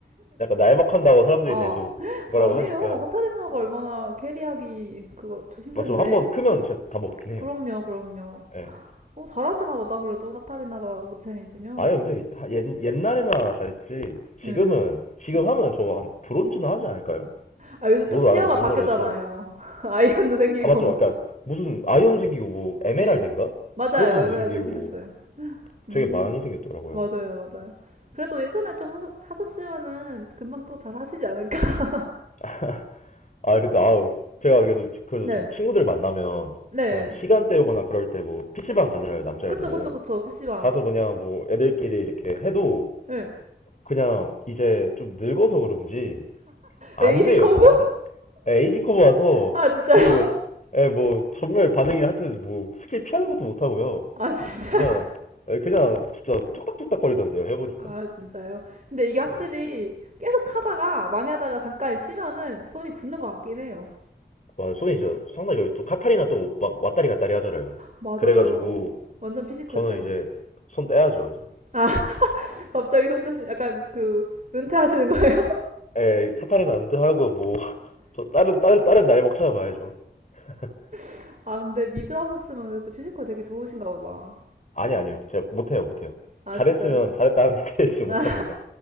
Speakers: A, on the left; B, on the right.
A: 약간 날먹한다고 사람들이
B: 아,
A: 계속 뭐라고
B: 아니에요.
A: 하니까
B: 카타리나가 얼마나 캐리하기 그거 좀 힘든데
A: 맞죠. 한번 크면 진짜 다 먹긴
B: 그럼요,
A: 해요.
B: 그럼요.
A: 예.
B: 어, 잘하시나 보다, 그래도 카타리나가 모챔이시면.
A: 아니 근데 하- 옛, 옛날에나 잘했지
B: 예.
A: 지금은 지금 하면 저거 한 브론즈는 하지 않을까요?
B: 아, 요즘 또
A: 롤을
B: 티어가
A: 안 한지
B: 바뀌었잖아요.
A: 너무 오래서
B: <laughs> 아이언도 생기고.
A: 아 맞죠 그러니까 무슨 아이언 생기고 뭐 에메랄드인가?
B: 예. 맞아요.
A: 그것도 못
B: 에메랄드
A: 생기고
B: 생겼어요. 음,
A: 되게 많이 생겼더라고요
B: 맞아요, 맞아요. 그래도 예전에 좀 하셨, 하셨으면은 금방 또 잘하시지 않을까? <laughs>
A: <laughs> 아 근데 아우 제가 계속 그래서
B: 네,
A: 저도 친구들 만나면
B: 네.
A: 그냥 뭐 시간 때우거나 그럴 때 뭐 PC방 가잖아요 남자애들은
B: 그쵸, 그쵸, 그쵸. PC방.
A: 가서 그냥 뭐 애들끼리 이렇게 해도
B: 예.
A: 그냥 이제 좀 늙어서 그런지 안
B: 에이징
A: 돼요.
B: 커브?
A: 그게 안 에, 에이징 커버 와서
B: 아 진짜요?
A: 그뭐 뭐 예, 뭐 전멸 반응이 하여튼 뭐 스킬 피하는 것도 못 하고요.
B: 아 진짜?
A: 그냥 에, 그냥 진짜 뚝딱뚝딱 거리던데요. 해보니까.
B: 아 진짜요? 근데 이게 확실히
A: 네.
B: 계속 하다가 많이 하다가 잠깐 쉬면은 손이 굳는 것 같긴 해요.
A: 와, 손이 저 상당히 여기 또 카타리나 또 막 왔다리 갔다리 하잖아요.
B: 맞아요.
A: 그래가지고
B: 완전 피지컬
A: 저는
B: 챔.
A: 이제 손 떼야죠 이제.
B: 아 <laughs> 갑자기 손 대신 약간 그 은퇴하시는 거예요?
A: 에 카타리나 은퇴하고 뭐 <laughs> 저 다른 다른 다른 날 먹 찾아봐야죠. <laughs>
B: <laughs> 아 근데 미드 하셨으면 그래도 피지컬 되게 좋으신가 보다.
A: 아니, 아니요. 제가 못해요, 못해요.
B: 아
A: 잘했으면
B: 진짜요?
A: 잘했다는 <laughs> 스테이지 못합니다.
B: 아